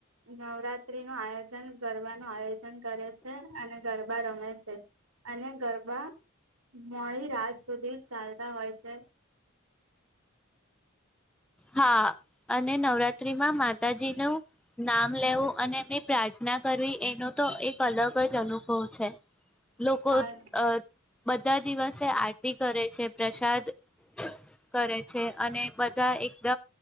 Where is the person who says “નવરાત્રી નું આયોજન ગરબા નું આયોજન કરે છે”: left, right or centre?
Right